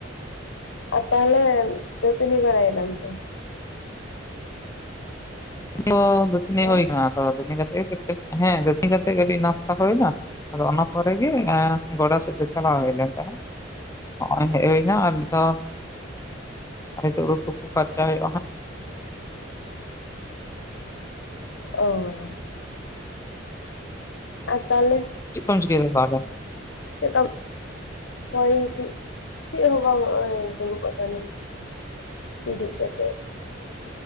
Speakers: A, on the left; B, on the left.
A: ᱟᱨ ᱛᱟᱦᱚᱞᱮ ᱫᱟᱹᱛᱟᱹᱱᱤ ᱵᱟᱲᱟᱭᱱᱟᱢ ᱛᱚ
B: ᱛᱚ ᱫᱟᱹᱛᱟᱹᱱᱤ
A: ᱦᱮᱸ
B: ᱦᱩᱭ ᱠᱟᱱᱟ ᱫᱚ ᱦᱮᱸ ᱜᱟᱛᱤᱧ ᱠᱟᱛᱮᱜ ᱠᱟᱹᱴᱤᱡ ᱱᱟᱥᱛᱟ ᱦᱩᱭᱱᱟ ᱟᱫᱚ ᱚᱱᱟ ᱯᱚᱨᱮᱜ ᱜᱮ ᱜᱚᱰᱟ ᱥᱮᱫ ᱫᱚ ᱪᱟᱞᱟᱣ <unintelligible> ᱱᱚᱜᱼᱚᱭ ᱦᱮᱡ ᱦᱩᱭᱱᱟ ᱫᱚ ᱟᱨ ᱱᱤᱛᱚᱜ ᱫᱚ ᱛᱩᱯᱩ ᱯᱷᱟᱨᱪᱟ ᱦᱩᱭᱩᱜᱼᱟ ᱦᱟᱸᱜ
A: <inaudible> ᱚ ᱟᱨ ᱛᱟᱦᱚᱞᱮ
B: ᱪᱮᱫᱠᱚᱢ ᱪᱤᱠᱟᱹᱭ-ᱫᱟ ᱛᱟᱦᱚᱞᱮ
A: ᱪᱮᱫᱠᱟ ᱦᱚᱭ ᱦᱤᱥᱤᱫ ᱪᱮᱫ ᱦᱚᱸ ᱵᱟᱝᱚᱜᱼᱟ ᱫᱩᱲᱩᱵ ᱟᱠᱟᱱᱟᱧ ᱵᱮᱨᱮᱜ ᱠᱟᱛᱮ